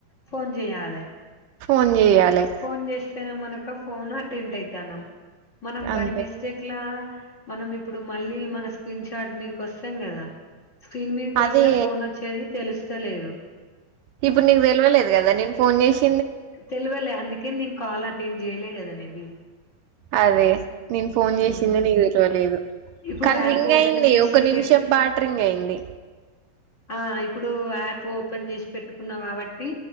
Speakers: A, on the left; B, on the right.
A: ఫోన్ జేయాలే
B: ఫోన్ చేయాలి
A: ఫోన్ చేస్తేనే మనకఫ్ ఫోను అటెండ్ అయితాన్నం మనం బై
B: అంతే
A: మిస్టేక్లా మనం ఇప్పుడు మళ్ళీ మన స్క్రీన్ షాట్ మీకు వస్తాం కదా స్క్రీన్ మీదకి
B: అదే
A: వస్తే ఫోన్ వచ్చేది తెల్సు చ్చలేదు
B: ఇప్పుడు నీకు తెల్వలేదు గదా నేను ఫోన్ చేసి
A: తెల్వల అందుకే నేను కాల్ ఆట్ నేన్ చేయలే కదా నీది
B: అరే నేను ఫోన్ చేసిందే
A: మ్మ్
B: నీకు తెల్వలేదు
A: ఇప్పుడు
B: కానీ
A: యాప్
B: రింగ్
A: ఓపెన్
B: అయింది
A: చేసి
B: ఒక నిమిషం
A: పెట్
B: పాటు రింగ్ అయి ది
A: ఆ ఇప్పుడు యాప్ ఓపెన్ చేసి పెట్టుకున్నావ్ కాబట్టి